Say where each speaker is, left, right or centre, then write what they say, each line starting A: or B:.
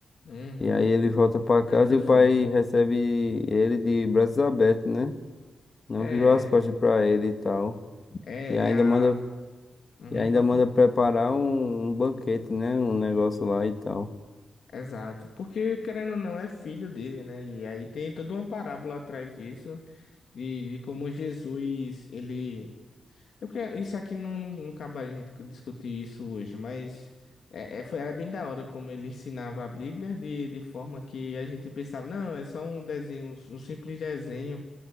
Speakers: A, on the left; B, on the left.
A: Uhum.
B: E aí ele volta pra casa
A: Tanta
B: e o
A: fome.
B: pai recebe ele de braços abertos, né? Não
A: É,
B: virou as costas pra ele e tal.
A: é,
B: E ainda
A: é a.
B: manda,
A: Uhum,
B: e ainda
A: pode
B: manda
A: falar.
B: preparar um, um banquete, né? Um negócio lá e tal.
A: Exato. Porque, querendo ou não, é filho dele, né? E aí tem toda uma parábola atrás disso, de, de como Jesus, ele. Eu que isso aqui não, não, não acaba a gente discutir isso hoje, mas é, é- foi, era bem da hora como ele ensinava a Bíblia de, de forma que a gente pensava, não, é só um desenho, um, um simples desenho,